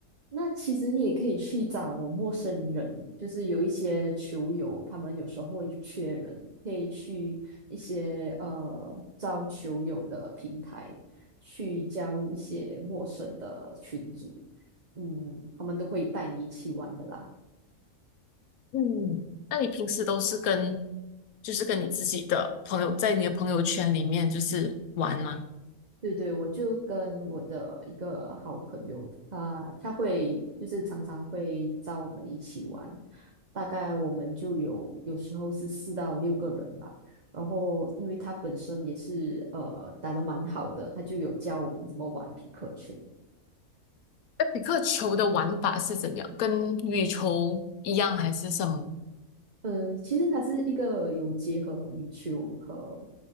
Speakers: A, on the right; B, on the left.
A: 那其实也可以去找陌生人，就是有一些球友，他们有时候会缺人，可以去一些呃招球友的平台去加入一些陌生的群组，嗯，他们都会带你一起玩的啦。
B: 嗯，那你平时都是跟就是跟你自己的朋友在你的朋友圈里面就是玩吗？
A: 对对，我就跟我的一个好朋友，他他会就是常常会找我们一起玩，大概我们就有有时候是四到六个人吧。然后因为他本身也是呃打得蛮好的，他就有教我们怎么玩皮克球。
B: 那比克球的玩法是怎样？跟羽球一样还是什么？
A: 呃，其实它是一个有结合羽球和